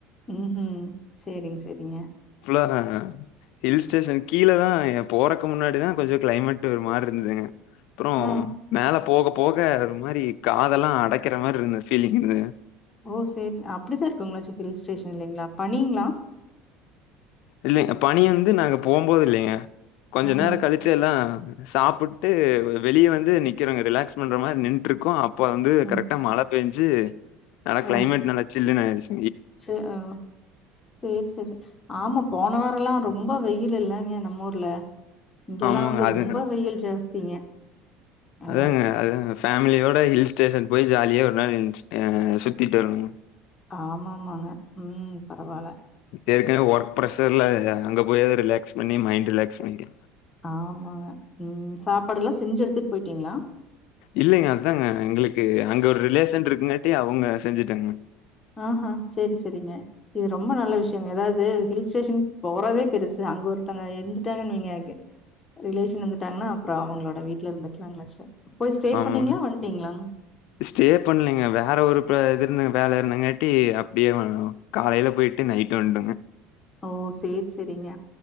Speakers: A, on the left (about 25°); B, on the left (about 70°).
A: ம் ஹும் சேரிங்க சேரிங்க
B: ஃபுல்லாதாங்க ஹில் ஸ்டேஷன் கீழதா எ போறக்கு முன்னாடி தா கொஞ்சோ கிளைமேட் ஒரு மாரி இருந்துதுங்க அப்றோ
A: ஆ.
B: மேல போக போக ஒரு மாரி காதெல்லா அடைக்கிற மாரி இருந்து ஃபீலிங்கு
A: ஓ சேர் சே அப்டிதா இருக்குங்ளா சிப் ஹில்ஸ்டேஷன் இல்லைங்களா பனீங்ளா
B: இல்ல பனி வந்து நாங்க போம்போது இல்லைங்க கொஞ்சோ
A: ம்,
B: நேரோ கழி ச்சு எல்லா சாப்புட்டு வெளிய வந்து நிக்கிறோங்க ரிலாக்ஸ் பண்ற மாரி நின்ட்ருக்கோ அப்ப வந்து
A: ம்.
B: கரெக்டா மழ பேஞ்சு நல்லா
A: ஓ!
B: கிளைமேட் நல்லா சில்லுன்னு ஆய்டுச்சு
A: சே ஆ சேர் சேரி ஆமா போன வாரோலா ரொம்ப வெயிலுலங்க நம்ம ஊர்ல இங்கெல்லா
B: ஆமாங்க.
A: வந்து
B: அது
A: ரொம்ப வெயில் ஜாஸ்திங்க ஆ
B: <unintelligible> ஃபேமிலியோட ஹில் ஸ்டேஷன் போய் ஜாலியா ஒரு நாள் எஞ்சுட்ட சுத்திட் வருனுங்க
A: ஆமாமாங்க ம் பரவால்ல
B: ஏற்கனவே ஒர்க் ப்ரெஷர்ல அங்க போயாவது ரிலாக்ஸ் பண்ணி மைண்ட் ரிலாக்ஸ் பண்ணிட்ட
A: ஆமாங்க ம் சாப்பாடுல்லா செஞ்சு எடுத்துட்டு போய்ட்டீங்ளா
B: இல்லிங்க அதாங்க எங்களுக்கு அங்க ஒரு ரிலேஷன் இருக்குங்காட்டி அவுங்க செஞ்சுட்டாங்க
A: ஆஹா சேரி சேரிங்க இது ரொம்ப நல்ல விஷயங்க அதாது ஹில் ஸ்டேஷன் போறதே பெருசு அங்க ஒருத்தங்க இருந்துட்டாங்கன் வய்ங்க ரிலேஷன் இருந்துட்டாங்கனா அப்றோ அவுங்களோட வீட்ல இருந்துக்கலாங்களாச்சு போய் ஸ்டே
B: ஆமாங்க
A: பண்ணீங்ளா வந்டீங்ளா
B: ஸ்டே பண்லங்க வேற ஒரு ப இது இருந்து வேல இருந்துங்காட்டி அப்டியே வ காலைல போயிட்டு நைட்டு வந்ட்டங்க
A: ஓ சேர் சேரிங்க